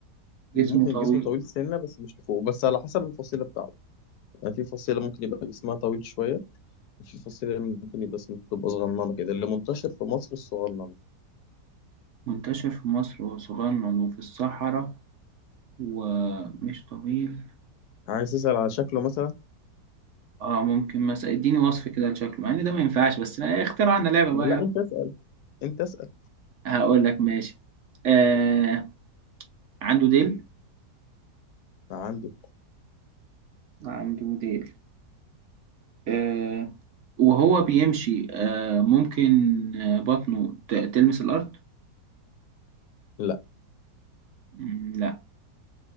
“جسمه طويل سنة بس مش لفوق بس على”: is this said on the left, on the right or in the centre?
Left